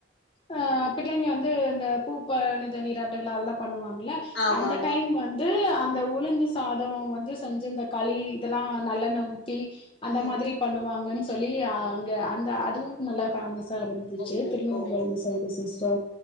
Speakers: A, on the left (about 25°); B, on the left (about 65°).
A: ஆ பிள்ளைங்க வந்து இந்த பூப்பணித நீராட்ட விழா அதெல்லா பண்ணுவாங் ல்ல
B: ஆமா
A: அந்த
B: ஆமா
A: டைம் வந்து அந் அந்த உளுந்து சாத வந்து செஞ்சு இந்த களி இதெல்லா நல்லெண்ண ஊத் தி அந்த
B: ம்
A: மாதிரி பண்ணுவாங்கன்னு சொல்லி அங்க அந்த அதுவும் நல்லா பேமஸ் த ஆரம்பிச்சுச்சி
B: ம் ம்
A: திருநெல்வேலி
B: ஓ ஓ
A: சைடு சிஸ்ட